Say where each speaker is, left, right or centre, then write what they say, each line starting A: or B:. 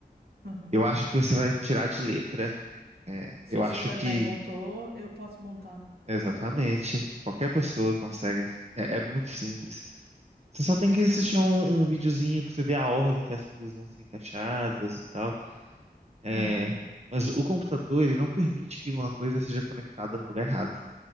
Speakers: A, on the right; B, on the right.
A: Aham.
B: Eu acho que você vai tirar de letra. É, eu
A: Se o
B: acho
A: Superman
B: que.
A: montou, eu posso montar.
B: Exatamente. Qualquer pessoa consegue. É, é muito simples. Você só tem que assistir
A: Aham,
B: um, um videozinho pra você ver a ordem que as coisas vão ser encaixadas e tal. É,
A: aham,
B: mas o computador, ele não permite que uma coisa seja conectada no lugar errado.